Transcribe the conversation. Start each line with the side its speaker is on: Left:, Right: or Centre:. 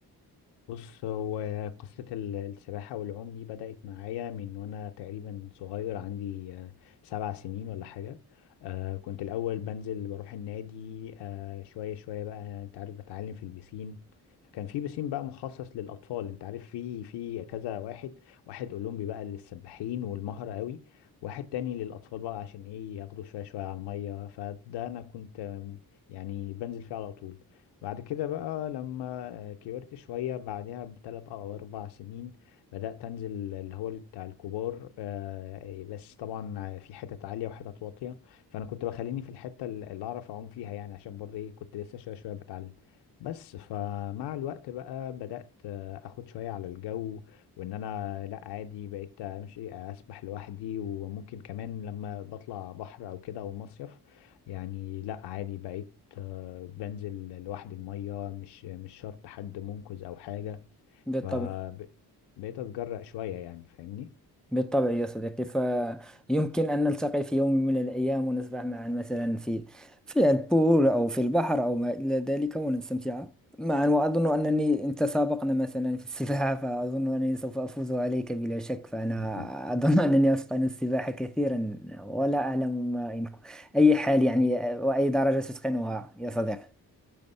Left: بص هو قصة ال- السباحة والعوم دي بدأت معايا من وأنا تقريبا صغير عندي آه، سبع سنين ولا حاجة آه، كنت الأول بنزل بروح النادي آه، شوية شوية بقى أنت عارف بتعلم في البسين فكان في بسين بقى مخصص للأطفال أنت عارف في في كذا واحد واحد أولمبي بقى للسباحين والمهرة قوي واحد تاني للأطفال بقى عشان إيه ياخدوا شوية شوية على المية فده أنا كنت آه، يعني بنزل فيه على طول بعد كده بقى لما آه، كبرت شوية بعدها بثلاث أو أربع سنين بدأت أنزل اللي هو بتاع الكبار آه، بس طبعا في حتت عالية وحتت واطية فأنا كنت بخليني في الحتة اللي أعرف أعوم فيها يعني عشان برضه إيه كنت لسه شوية شوية بتعلم بس فمع الوقت بقى بدأت آه، أخد شوية على الجو وإن أنا لأ عادي بقيت أمشي أسبح لوحدي وممكن كمان لما بطلع بحر أو كده أو مصيف يعني لا عادي بقيت آه، بنزل لوحدي المية مش مش شرط حد منقذ أو حاجة
Centre: بالطبع
Left: فبقيت أتجرأ شوية يعني فاهمني
Centre: بالطبع يا صديقي فيمكن أن نلتقي في يوم من الأيام ونسبح معا مثلا في في البول أو في البحر أو ما إلى ذلك ونستمتع معا وأظن أنني إن تسابقنا مثلا في السباحة فأظن أنني سوف أفوز عليك بلا شك فأنا
Left: مهم.
Centre: أظن <laughs> أنني أتقن السباحة كثيرا ولا أعلم ما إن أي حال يعني وأي درجة تتقنها يا صديقي